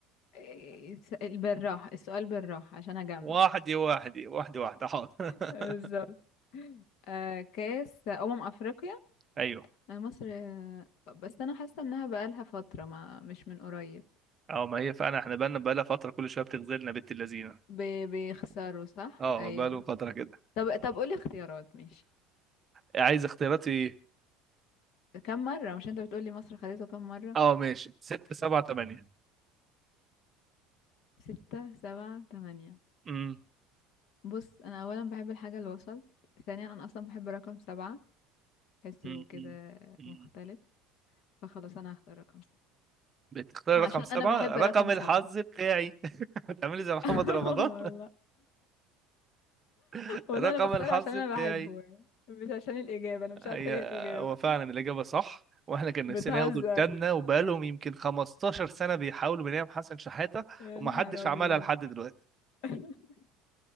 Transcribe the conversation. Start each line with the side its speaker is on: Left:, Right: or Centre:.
Left: الس- بالراحة السؤال بالراحة عشان أجمع
Right: واحده واحده واحده واحده حاضر
Left: بالظبط
Right: <laughs>
Left: آه كأس أمم أفريقيا
Right: ايوه
Left: آه، مصر آه، بس أنا حاسة إنها بقالها فترة ما مش من قريب
Right: اه ما هي فعلا احنا بقالنا بقالها فتره كل شويه بتغزلنا بنت اللذينه
Left: بي- بيخسروا صح؟
Right: اه
Left: أيوة
Right: بقاله فتره كده
Left: طب طب قولي اختيارات ماشي
Right: عايز اختيارات في ايه
Left: كم مرة مش انت بتقولي مصر خدته كم مرة
Right: اه ماشي ستة سبعة تمانية
Left: ستة سبعة تمانية
Right: امم
Left: بص انا اولا بحب الحاجة الوسط ثانيا انا اصلا بحب رقم سبعة بحسه
Right: أمم،
Left: كده
Right: أمم، أمم.
Left: مختلف فخلاص انا هختار رقم سبعة
Right: بتختار
Left: عشان
Right: رقم سبعة
Left: انا بحب
Right: رقم
Left: رقم
Right: الحظ
Left: سبعة
Right: بتاعي <laughs> بتعملي زي محمد
Left: <laughs>
Right: رمضان
Left: والله
Right: <laughs>
Left: والله
Right: رقم
Left: انا بختاره
Right: الحظ
Left: عشان انا
Right: بتاعي
Left: بحبه يعني مش عشان الاجابة انا مش
Right: هي
Left: عارفة ايه الاجابة
Right: هو فعلا الإجابة صح واحنا كان نفسنا
Left: بتهزر
Right: ياخدوا التامنة وبقالهم يمكن 15 سنة بيحاولوا بنيام حسن شحاتة
Left: يا
Right: ومحدش
Left: نهار ابيض
Right: عملها لحد دلوقتي
Left: <laughs>